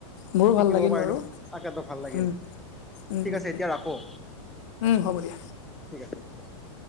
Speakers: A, on the left (about 65°); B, in the centre.
A: মোৰো ভাল
B: শিকিব
A: লাগিল
B: পাৰিলো
A: বাৰু
B: তাকেতো ভাল লাগিল।
A: উম উম
B: ঠিক
A: উম
B: আছে এতিয়া ৰাখোঁ।
A: উম, হ'ব দিয়া।
B: ঠিক আছে ঠিক আছে হ'ব।